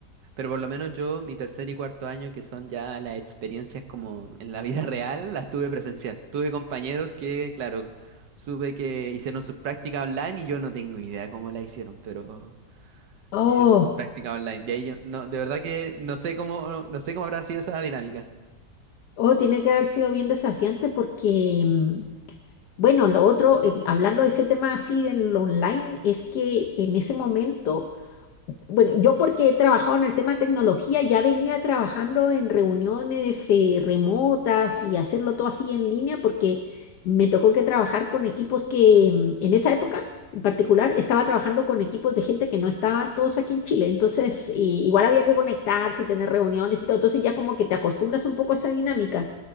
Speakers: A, on the right; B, on the left.
A: Pero por lo menos yo, mi tercer y cuarto año, que son ya las experiencias como en la vida <laughs> real, las tuve presencial. Tuve compañeros que, claro, supe que hicieron sus prácticas online y yo no tengo idea cómo las hicieron, pero
B: Oh,
A: hicieron sus prácticas online. De ahí yo, no, de verdad que no sé cómo, no sé cómo habrá sido esa dinámica.
B: oh, tiene que haber sido bien desafiante porque, mm, bueno, lo otro, eh, hablando de ese tema así del online, es que en ese momento Bueno, yo porque he trabajado en el tema de tecnología, ya venía trabajando en reuniones eh, remotas y hacerlo todo así en línea porque me tocó que trabajar con equipos que mm, en esa época en particular estaba trabajando con equipos de gente que no estaban todos aquí en Chile. Entonces, eh, igual había que conectarse y tener reuniones y todo. Entonces ya como que te acostumbras un poco a esa dinámica,